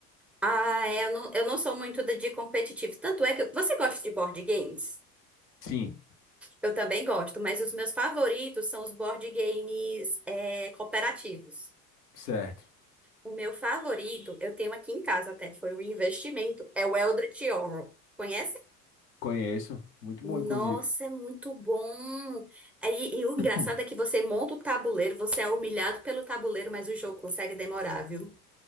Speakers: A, in the centre; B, on the left.
A: Ah, é, eu não, eu não sou muito de de competitivo. Tanto é que. Você gosta de board games?
B: Sim.
A: Eu também gosto, mas os meus favoritos são os board games, é, cooperativos.
B: Certo.
A: O meu favorito, eu tenho aqui em casa até, foi o investimento, é o Eldritch Horror. Conhece?
B: Conheço. Muito bom,
A: Nossa,
B: inclusive.
A: é muito bom. E, e o engraçado
B: <clears throat>
A: é que você monta o tabuleiro, você é humilhado pelo tabuleiro, mas o jogo consegue demorar, viu?